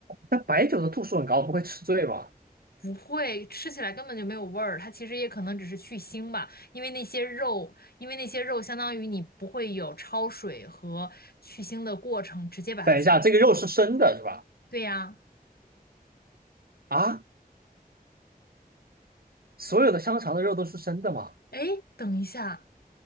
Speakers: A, on the right; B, on the left.
A: 那白酒的度数很高，不会吃醉吧？
B: 不会，吃起来根本就没有味儿，它其实也可能只是去腥吧，因为那些肉，因为那些肉相当于你不会有焯水和去腥的过程，直接把它切。
A: 等一下，这个肉是生的是吧？
B: 对呀，
A: 啊，所有的香肠的肉都是生的吗？
B: 哎，等一下，